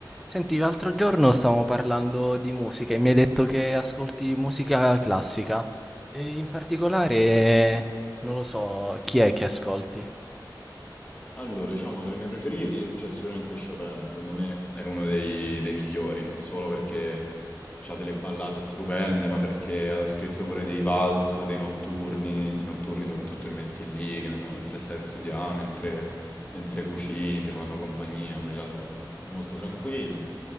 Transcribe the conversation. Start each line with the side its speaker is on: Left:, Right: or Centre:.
Centre: Senti, l'altro giorno stavamo parlando di musica e mi hai detto che ascolti musica classica. E in particolare, non lo so, chi è che ascolti?
Left: Allora, diciamo tra i miei preferiti c'è sicuramente Chopin, secondo me è uno dei, dei migliori, non solo perché C'ha delle ballate stupende, ma perché ha scritto pure dei vals, dei notturni, i notturni soprattutto li metti lì, che ne so, mentre stai a studiare, mentre, mentre cucini, ti fanno compagnia, quelli là sono molto tranquilli.